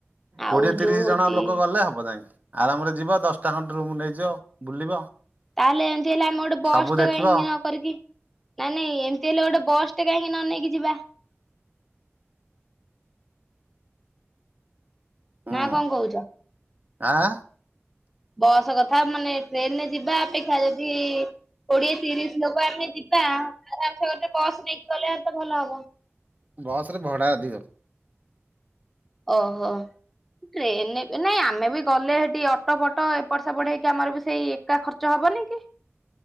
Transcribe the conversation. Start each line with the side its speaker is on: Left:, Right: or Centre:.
Centre: ଆଉ
Right: କୋଡିଏ ତିରିଶ
Centre: ଯୋଉ ହଉଛି
Right: ଜଣ ଲୋକ ଗଲେ ହବ ଯାଇଁକି ଆରାମରେ ଯିବ ଦଶଟା ଖଟେ ରୁମ ନେଇଯିବ ବୁଲିବ।
Centre: ତାହେଲେ ଏମିତି ହେଲେ ଆମେ ଗୋଟେ ବସ୍
Right: ସବୁ
Centre: ଟେ
Right: ଦେଖିବ
Centre: କାହିଁକି ନ କରିକି ନାଇ ନାଇଁ ଏମତି ହେଲେ ଗୋଟେ ବସ୍ ଟେ କାହିଁକି ନ ନେଇକି ଯିବା?
Right: ହୁଁ।
Centre: ନା କଣ କହୁଛ?
Right: ଆଁ
Centre: ବସ୍ କଥା ମାନେ ଟ୍ରେନରେ ଯିବା ଅପେକ୍ଷା ଯଦି କୋଡିଏ ତିରିଶ ଲୋକ ଆମେ ଯିବା ଆରାମସ ଗେ। ଟେ ବସ ନେଇକି ଗଲେ ତ ଭଲ ହବ।
Right: ବସ ରେ ଭଡା ଅଧିକ।
Centre: ଓହୋ। ଟ୍ରେନ ନାଇଁ ଆମେ ବି ଗଲେ ସେଠି ଅଟୋ ଫଟୋ ଏପଟ ସେପଟ ହେଇକି ଆମର ବି ସେଇ ଏକା ଖର୍ଚ୍ଚ ହବ। ହବନ କି?